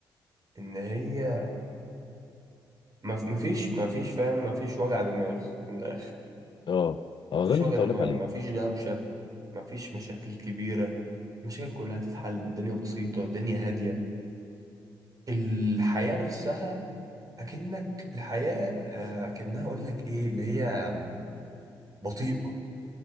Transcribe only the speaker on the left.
اه اه
ده اللي
كنت
اقول لك عليه